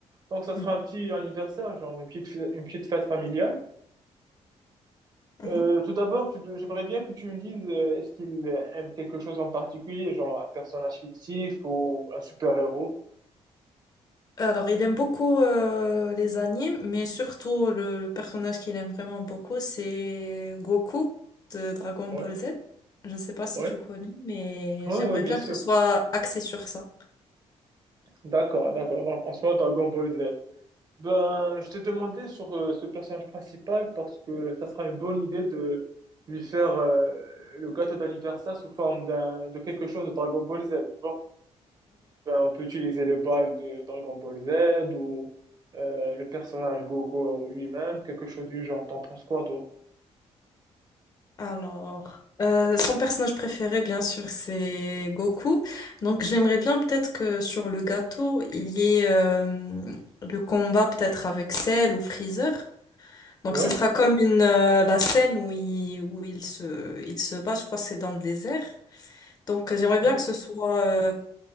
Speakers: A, on the right; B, on the left.
A: Donc, ça sera
B: Mhm,
A: un petit anniversaire, genre une petite, fê- une petite fête familiale.
B: mhm.
A: Euh, tout d'abord, tu dois- j'aimerais bien que tu me dises, euh, est-ce qu'il aime quelque chose en particulier, genre un personnage fictif ou un super-héros?
B: Alors, il aime beaucoup euh, les animes, mais surtout le, le personnage qu'il aime vraiment beaucoup, c'est Goku de Dragon
A: Ouais,
B: Ball Z. Je ne sais pas si
A: ouais,
B: tu connais, mais
A: ouais,
B: j'aimerais
A: ouais, bien
B: bien
A: sûr.
B: que ce soit axé sur ça.
A: D'accord, d'accord. Donc, en soi, Dragon Ball Z. Ben, je t'ai demandé sur euh, ce personnage principal parce que ça sera une bonne idée de lui faire euh, le gâteau d'anniversaire sous forme d'un de quelque chose de Dragon Ball Z, tu vois. Ben, on peut utiliser les balles de Dragon Ball Z ou euh, le personnage Goku lui-même, quelque chose du genre. T'en penses quoi, toi?
B: Alors, euh, son personnage préféré, bien sûr, c'est Goku. Donc, j'aimerais bien peut-être que sur le gâteau, il y ait euh, le combat peut-être avec Cell ou Freezer. Donc,
A: Ouais,
B: ce sera comme une, euh, la scène où il, où il se, il se bat, je crois que c'est dans le désert. Donc, euh, j'aimerais bien
A: ouais.
B: que ce soit euh,